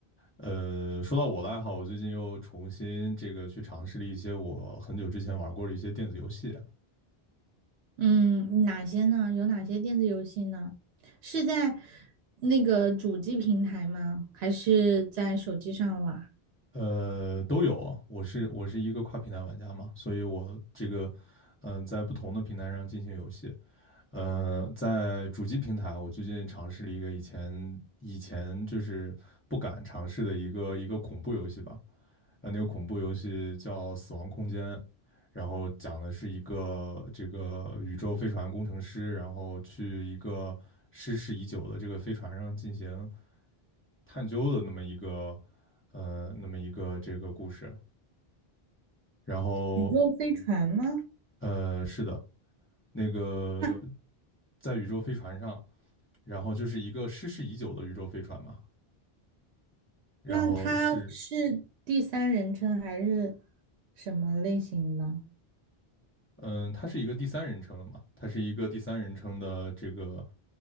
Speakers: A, on the left; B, on the right.
A: 呃，说到我的爱好，我最近又重新这个去尝试了一些我很久之前玩过的一些电子游戏。
B: 嗯，哪些呢？有哪些电子游戏呢？是在那个主机平台吗？还是在手机上玩？
A: 呃，都有啊我是我是一个跨平台玩家嘛，所以我这个，嗯、在不同的平台上进行游戏。呃，在主机平台，我最近尝试了一个以前以前就是不敢尝试的一个一个恐怖游戏吧。呃，那个恐怖游戏叫《死亡空间》，然后讲的是一个这个宇宙飞船工程师，然后去一个失事已久的这个飞船上进行探究的那么一个呃那么一个这个故事。然后
B: 宇宙飞船吗？
A: 呃是的，那个
B: <laughs> 那
A: 在宇宙飞船上，然后就是一个失事已久的宇宙飞船嘛，然后是
B: 那他是第三人称还是什么类型的？
A: 嗯、呃它是一个第三人称的嘛，它是一个第三人称的这个